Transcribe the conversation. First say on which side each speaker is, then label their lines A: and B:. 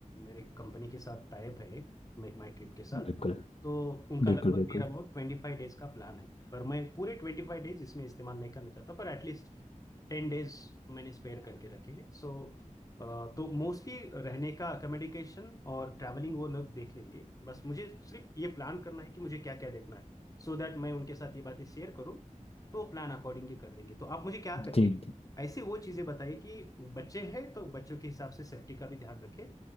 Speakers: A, on the left; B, on the left.
A: मेरे कंपनी के साथ टाइप है मेक माई ट्रिप के साथ
B: बिल्कुल
A: तो उनका
B: बिल्कुल
A: लगभग
B: बिल्कुल
A: नियर अबाउट ट्वेंटी फाइव डेज का प्लान है पर मैं पूरे ट्वेंटी फाइव डेज इसमें इस्तेमाल नहीं करना चाहता पर एटलीस्ट टेन डेज मैंने स्पेयर करके रखे हैं सो तो मोस्टली रहने का अकोमोडेशन और ट्रैवलिंग वो लोग देख लेंगे बस मुझे सिर्फ ये प्लान करना है कि मुझे क्या क्या देखना है सो so दैट मैं उनके साथ ये बातें शेयर करूँ तो प्लान अकॉर्डिंगली कर देंगे तो आप मुझे क्या करें
B: जी जी
A: ऐसे वो चीज़ें बताइए कि बच्चे हैं तो बच्चों के हिसाब से सेफ्टी का भी ध्यान रखें